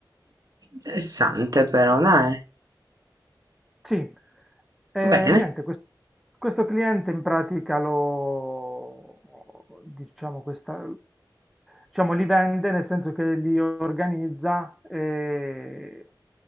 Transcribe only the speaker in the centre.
Sì, e
niente, quest- questo cliente in pratica lo, diciamo, questa, diciamo, li vende nel senso che li organizza e,